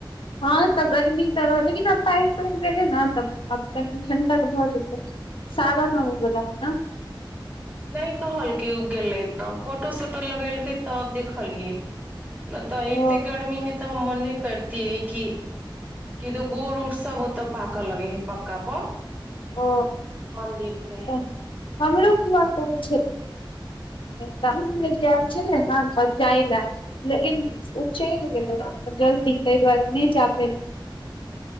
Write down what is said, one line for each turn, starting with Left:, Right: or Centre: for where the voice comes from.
Left: हँ तऽ गर्मी तऽ रहल लेकिन आब पैन पैर जेतय न तऽ आब कनि ठण्डक भऽ जेतै सााग न बोला है ने
Right: नय कहलक उ गेले त फोटो सोटो लगेलकै तब देखलियै न त एते
Left: ओ
Right: गर्मी मे त हम मन करतियै कि कि गोर उड़ सब ओ तऽ पाक लगे है पक्का पर
Left: ओ
Right: मंदिर के
Left: त हमरो खुआ कहै छै त भ एल छेलै ने ने त जाइ लए लेकिन ओ चलि गेलै जल्दी ताहि दुआरे नहि जा प